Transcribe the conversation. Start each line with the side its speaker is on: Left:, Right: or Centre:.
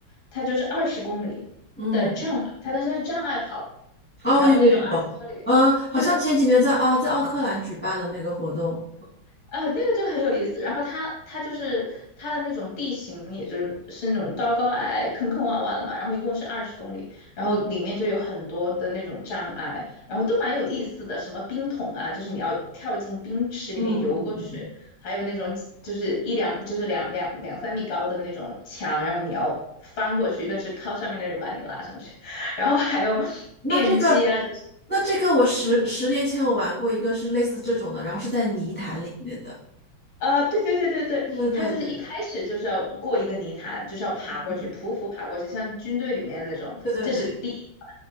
Left: 它就是二十公里的障，
Centre: 嗯，
Left: 它但是它是障碍跑，
Centre: 哦，
Left: 然后那种二十公里。
Centre: 我有有有，呃，好像前几年在啊在奥克兰举办的那个活动，
Left: 对对。呃，那个就很有意思。然后它它就是它的那种地形，也就是是那种高高矮矮、坑坑洼洼的嘛。然后一共是二十公里，然后里面就有很多的那种障碍，
Centre: 嗯
Left: 然后都蛮有意思的。什么冰桶啊，就是你要跳进冰池里面游过去，
Centre: 嗯嗯嗯，嗯
Left: 还有那种几就是一两就是两两两三米高的那种墙，然后你要翻过去，但是靠上面的人把你拉上去。<laughs> 然后还有
Centre: 那这个，
Left: 电机啊，就是。
Centre: 那这个，我十十年前我玩过一个是类似这种的，然后是在泥潭里面的。
Left: 啊、对对对对对，
Centre: 对对对，
Left: 他就是一开始就是要过一个泥潭，就是要爬过去，
Centre: 嗯，
Left: 匍匐爬过去，像军队里面那种，
Centre: 对对对，
Left: 这是第一关，